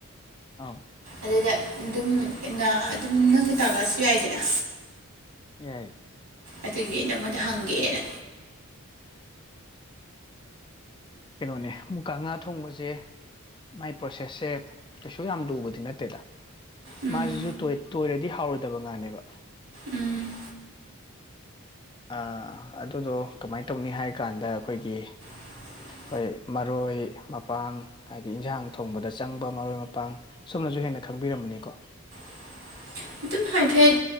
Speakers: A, on the left; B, on the right.
A: ꯑꯧ
B: ꯑꯗꯨꯗ ꯑꯗꯨꯝ ꯑꯗꯨꯝ ꯅꯪꯅ ꯇꯥꯛꯂꯛꯑꯁꯨ ꯌꯥꯏꯗꯅ
A: ꯌꯥꯏ
B: ꯑꯗꯨꯒꯤ ꯅꯪꯉꯣꯟꯗ ꯍꯪꯒꯦꯅ
A: ꯀꯩꯅꯣꯅꯦ ꯃꯨꯀꯥ ꯉꯥ ꯊꯣꯡꯕꯁꯦ ꯃꯥꯏ ꯄ꯭ꯔꯣꯁꯦꯁꯁꯦ ꯀꯩꯁꯨ ꯌꯥꯝ ꯂꯨꯕꯗꯤ ꯅꯠꯇꯦꯗ
B: ꯎꯝ
A: ꯃꯥꯁꯤꯁꯨ ꯇꯣꯏꯔꯗꯤ ꯍꯥꯎꯔꯣꯏꯗꯕ ꯉꯥꯅꯦꯕ
B: ꯎꯝ
A: ꯑꯥ ꯑꯗꯨꯗꯣ ꯀꯃꯥꯏꯅ ꯇꯧꯅꯤ ꯍꯥꯏ ꯀꯥꯟꯗ ꯑꯈꯣꯏꯒꯤ
B: <inaudible>
A: ꯍꯣꯏ ꯃꯔꯣꯏ ꯃꯄꯥꯡ ꯍꯥꯏꯗꯤ ꯏꯟꯁꯥꯡ ꯊꯣꯡꯕꯗ ꯆꯪꯕ ꯃꯔꯣꯏ ꯃꯄꯥꯡ ꯁꯨꯝꯅꯁꯨ ꯍꯦꯟꯅ ꯈꯪꯕꯤꯔꯝ ꯅꯤꯀꯣ
B: <inaudible> ꯐꯦꯠ